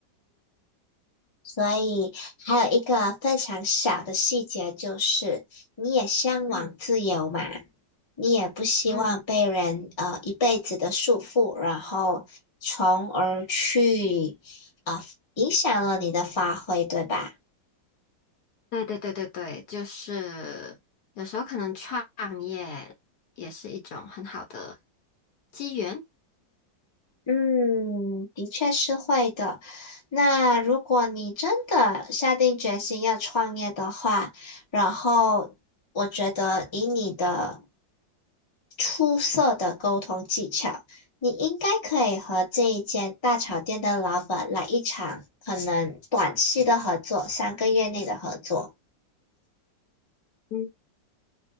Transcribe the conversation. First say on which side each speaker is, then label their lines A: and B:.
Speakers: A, on the left; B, on the left.
A: 所以还有一个非常小的细节就是，你也向往自由嘛，
B: 嗯
A: 你也不希望被人呃一辈子的束缚，
B: 嗯，
A: 然后从而去啊、呃影响了你的发挥，对吧？
B: 对对对对对，就是有时候可能创业也是一种很好的机缘。
A: 嗯，的确是会的。那如果你真的下定决心要创业的话，然后我觉得以你的出色的沟通技巧，你应该可以和这一间大炒店的老板来一场可能短期的合作，三个月内的合作。
B: 嗯，